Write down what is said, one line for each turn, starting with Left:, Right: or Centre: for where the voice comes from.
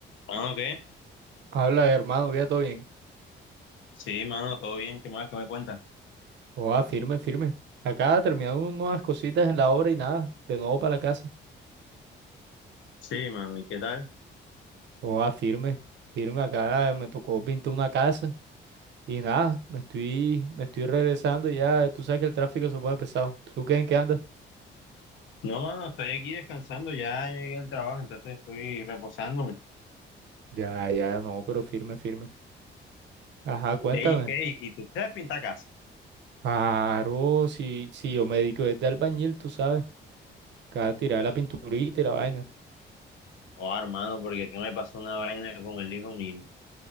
Left: Mano, ¿qué?
Right: Habla, hermano, queda todo bien.
Left: Sí, mano, todo bien, ¿qué más que me cuentas?
Right: Oa, firme, firme. Acá terminando unas cositas en la obra y nada, de nuevo para la casa.
Left: Sí, mano, ¿y qué tal?
Right: Oa, firme, firme. Acá me tocó pintar una casa y nada, me estoy, me estoy regresando ya. Tú sabes que el tráfico se pone pesado. ¿Tú qué en qué andas?
Left: No, mano, estoy aquí descansando, ya llegué al trabajo, entonces estoy reposándome.
Right: Ya, ya, no, pero firme, firme. Ajá, cuéntame.
Left: Ey, ¿qué? ¿Y tú sabes pintar casa?
Right: Claro, si, si yo me dedico desde albañil, tú sabes. Cada tirar
Left: Ah,
Right: la pinturita y la vaina.
Left: Oh, hermano, porque aquí me pasó una vaina con el hijo mío.